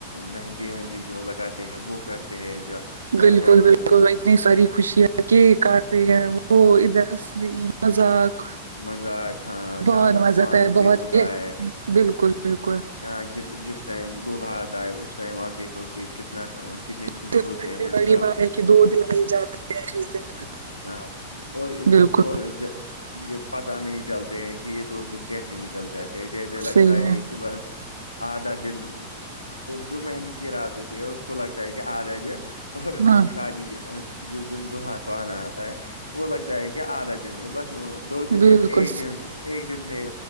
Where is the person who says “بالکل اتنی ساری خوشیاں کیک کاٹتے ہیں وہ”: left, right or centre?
Right